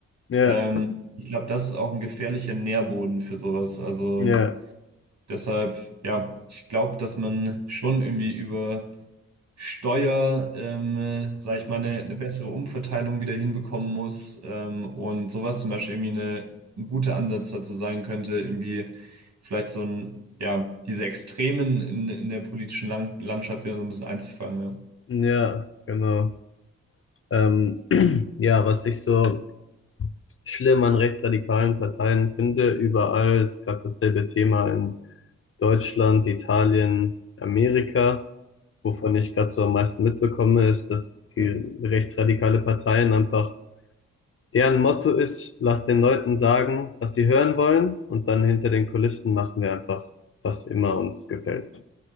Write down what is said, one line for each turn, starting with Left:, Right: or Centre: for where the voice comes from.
Left: ja,
Right: Ähm, ich glaube, das ist auch ein gefährlicher Nährboden für sowas. Also
Left: ja,
Right: deshalb, ja, ich glaube, dass man schon irgendwie über Steuer, ähm, sage ich mal, eine, eine bessere Umverteilung wieder hinbekommen muss. Ähm, und sowas zum Beispiel irgendwie eine, ein guter Ansatz dazu sein könnte, irgendwie vielleicht so ein, ja, diese Extremen in, in der politischen Lang Landschaft wieder so ein bisschen einzufangen. Ja.
Left: ja, genau. Ähm, <clears throat> ja, was ich so schlimm an rechtsradikalen Parteien finde, überall ist gerade dasselbe Thema in Deutschland, Italien, Amerika. Wovon ich gerade so am meisten mitbekomme, ist, dass die
Right: Mhm.
Left: rechtsradikale Parteien einfach, deren Motto ist, lass den Leuten sagen, was sie hören wollen, und dann hinter den Kulissen machen wir einfach, was immer uns gefällt.